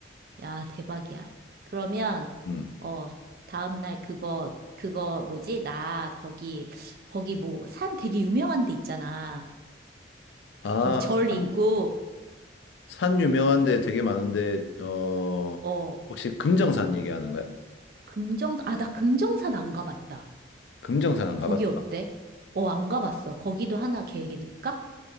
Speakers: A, on the right; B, on the left.
A: 야, 대박이야. 그러면,
B: 음.
A: 어, 다음날 그거, 그거 뭐지? 나 거기, 거기 뭐, 산 되게 유명한 데 있잖아.
B: 아,
A: 거기 절
B: 산,
A: 있고,
B: 산 유명한 데 되게 많은데, 어,
A: 어,
B: 혹시 금정산 얘기하는 거야?
A: 금정사, 아, 나 금정산 안 가봤다.
B: 금정산 안 가봤어?
A: 거기 어때? 어, 안 가봤어. 거기도 하나 계획이 들까?